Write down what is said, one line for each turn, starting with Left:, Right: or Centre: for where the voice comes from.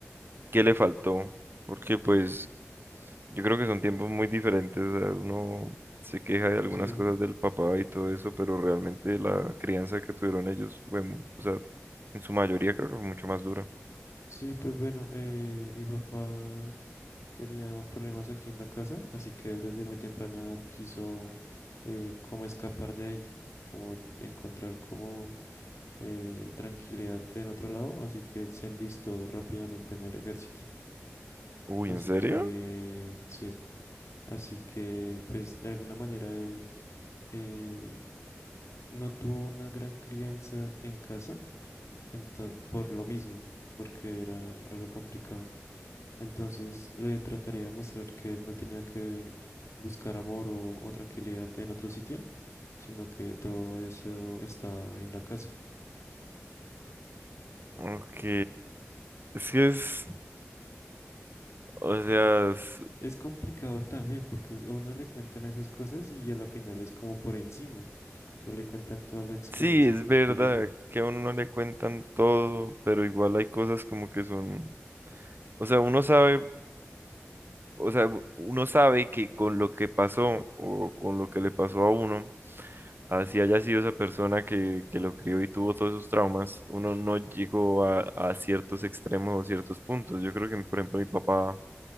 Right: qué le faltó, porque pues Yo creo que son tiempos muy diferentes. o sea, uno se queja de algunas
Left: Sí,
Right: cosas del papá y todo eso, pero realmente la crianza que tuvieron ellos, bueno, o sea, en su mayoría creo que fue mucho más dura.
Left: sí, pues bueno, eh, mi papá tenía problemas aquí en la casa, así que él desde muy temprana edad quiso eh, como escapar de ahí, como encontrar como eh, tranquilidad en otro lado, así que él se enlistó rápidamente en el ejército.
Right: Uy,
Left: Así
Right: ¿en serio?
Left: que, sí, así que, pues de alguna manera él eh, no tuvo una gran crianza en casa, ento- por lo mismo, porque era algo complicado. Entonces le trataría de mostrar que él no tenía que buscar amor o, o tranquilidad en otro sitio, sino que todo eso está en la casa.
Right: Ok. Es que es, o sea, es-
Left: Es complicado también porque a uno le cuentan esas cosas y a la final es como por encima. No le cuentan toda la experiencia
Right: sí, es
Left: completa.
Right: verdad que a uno no le cuentan todo, pero igual hay cosas como que son, o sea, uno sabe, o sea, u- uno sabe que con lo que pasó o con lo que le pasó a uno. Así haya sido esa persona que, que lo crió y tuvo todos esos traumas, uno no llegó a, a ciertos extremos o ciertos puntos. Yo creo que, por ejemplo, mi papá